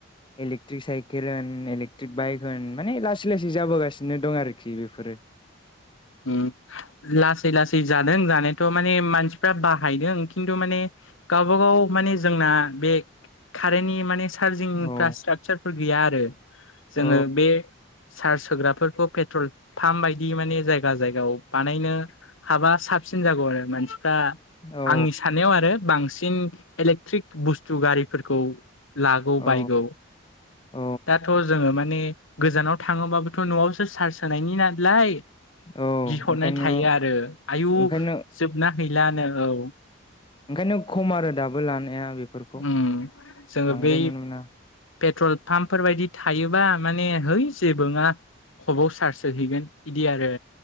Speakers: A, on the left (about 25°); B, on the left (about 75°).
A: इलेकट्रिक साइकेल होन इलेक्ट्रिक बाइक होन माने लासै लासै जाबोगासिनो दं आरो खि बेफोरो।
B: ओम लासै लासै जा दों जानायाथ' माने मानसिफ्रा बाहायदों खिन्थु माने गावबा गाव माने जोंना बे कारेन्टनि माने चारजिंफ्रा
A: औ
B: स्ट्राकचारफोर गैया आरो जोङो
A: औ
B: बे चार्ज होग्राफोरखौ पेट्रल फाम बायदि माने जायगा जायगायाव बानायनो हाबा साबसिन जागौ आरो मान दा
A: औ
B: आंनि साननायाव आरो बांसिन इलेक्ट्रिक बुस्थु गारिफोरखौ लागौ
A: औ
B: बायगौ।
A: औ
B: दाथ' जोङो माने गोजानाव थाङोबाबोथ' न'आवसो सार्स होनायनि नालाय
A: औ
B: गिहरनाय
A: ओंखायनो
B: थायो आरो आयु
A: ओंखायनो
B: जोबना हैलानो औ। <inaudible>
A: ओंखायनो खम आरो दाबो लानाया बेफोरखौ
B: उम जोङो
A: बांद्राय
B: बै
A: नुनो मोना।
B: पेट्रल पाम्पफोर बायदि थायोबा माने है जेबो नोङा हबाव सार्स होहैैगोन बिदि आरो।